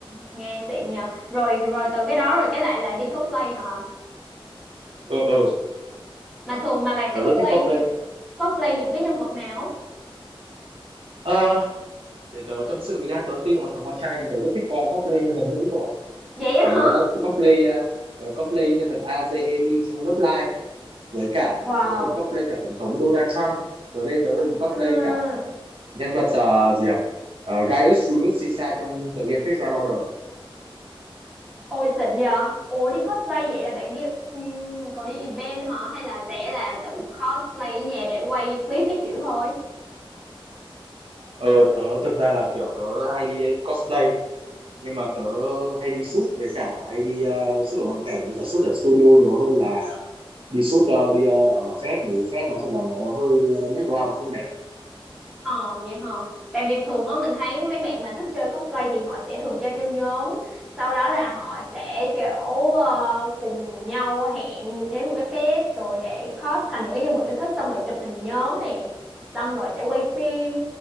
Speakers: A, in the centre; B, on the right (about 70°).
A: nghe xịn nhờ rồi rồi từ cái đó rồi cái lại lại đi cosplay hả
B: ờ ờ
A: mà thường mà bạn
B: tớ
A: sẽ cosplay
B: rất thích cosplay
A: cosplay những cái nhân vật nào
B: ờ để tớ tâm sự với nha tớ tuy là một thằng con trai nhưng tớ rất thích co- cosplay nhân vật nữ của
A: vậy á
B: tớ,
A: hả
B: tớ cosplay à, tớ cosplay nhân vật Azeli trong lớp live với cả
A: Wow,
B: tớ từng cosplay cả tổng thống Donald Trump tớ đây tớ từng cosplay
A: Ừ.
B: cả nhân vật à, gì à? Ờ, Gaius Julius Caesar trong tựa game Fate Grand Order
A: ôi xịn nhờ ủa đi cosplay vậy là bạn đi ừ, cậu đi event hả hay là sẽ là tự cosplay ở nhà để quay clip cái kiểu thôi
B: ờ tớ thực ra là tiểu tớ hay đi cosplay nhưng mà tớ hay đi
A: Ừ.
B: shoot với cả hay đi uh, shoot ở ngoại cảnh với cả shoot ở studio nhiều hơn là đi shoot uh, đi uh, ở fest thì fest nó thật là nó hơi uh, background nó không đẹp
A: Ờ vậy hả? Tại vì thường á mình thấy mấy bạn mà thích chơi cosplay thì họ sẽ thường chơi theo nhóm, sau đó là họ sẽ kiểu ờ, cùng nhau hẹn đến một cái fest rồi để cos thành những cái nhân vật yêu thích xong rồi chụp hình nhóm nè, xong rồi sẽ quay phim.